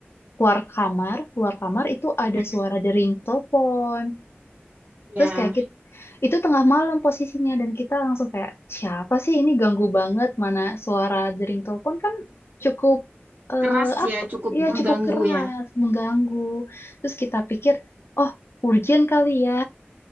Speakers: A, on the left (about 70°); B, on the right (about 50°).
A: keluar kamar, keluar kamar itu ada
B: mm-mm,
A: suara dering telepon. Terus
B: Iya.
A: kayak kita, itu tengah malam posisinya dan kita langsung kayak siapa sih ini ganggu banget mana suara dering telepon kan cukup eh,
B: Keras
A: apa
B: ya, cukup
A: ya
B: mengganggu
A: cukup keras
B: ya.
A: mengganggu. Terus kita pikir oh urgent kali ya.